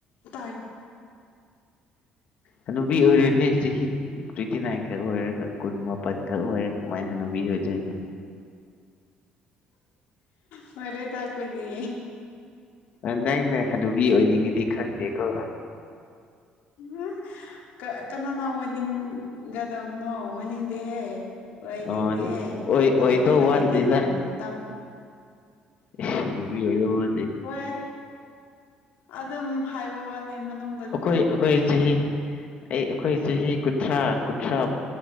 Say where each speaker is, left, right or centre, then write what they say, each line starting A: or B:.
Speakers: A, on the left (about 85°); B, on the left (about 50°).
A: ꯇꯥꯏ
B: ꯍꯅꯨꯕꯤ ꯑꯣꯏꯔꯣꯏꯍꯦ ꯆꯍꯤ ꯇ꯭ꯋꯦꯟꯇꯤ ꯅꯥꯏꯟꯈꯛ ꯑꯣꯏꯔꯒ ꯀꯨꯟ ꯃꯥꯄꯟꯈꯛ ꯑꯣꯏꯔꯒ ꯀꯃꯥꯏ ꯍꯟꯅꯨꯕꯤ ꯑꯣꯏꯗꯣꯏꯅꯣ
A: ꯐꯔꯦꯗꯥ ꯑꯩꯈꯣꯏꯗꯤ
B: ꯅꯪꯅ ꯍꯟꯅꯨꯕꯤ ꯑꯣꯏꯅꯤꯡꯉꯗꯤ ꯈꯪꯇꯦꯀꯣ
A: ꯎꯝ ꯀꯥ ꯀꯅꯥꯅ ꯑꯣꯏꯅꯤꯡꯒ ꯗꯝꯅꯣ ꯑꯣꯏꯅꯤꯡ ꯗꯦꯍꯦ ꯑꯣꯏꯍꯟꯅꯤꯡꯗꯦ
B: ꯑꯣ ꯑꯣꯏ
A: ꯍꯦ ꯑꯗꯣ
B: ꯑꯣꯏꯗꯧ
A: ꯎꯄꯥꯏꯂꯩꯇꯦ
B: ꯋꯥꯠꯂꯤꯗ
A: ꯗꯨꯅꯃꯨꯛ ꯇꯝ
B: <unintelligible> ꯑꯣꯏꯕ ꯋꯥꯗꯦ
A: ꯋꯥꯏ ꯑꯗꯨꯝ ꯍꯥꯏꯕ ꯋꯥꯅꯤ ꯃꯅꯨꯡ
B: ꯑꯩꯈꯣꯏ ꯑꯩꯈꯣꯏ ꯆꯍꯤ ꯑꯩ ꯑꯩꯈꯣꯏ ꯆꯍꯤ ꯀꯨꯟꯊ꯭ꯔꯥ ꯀꯨꯟꯊ꯭ꯔꯥꯕꯨ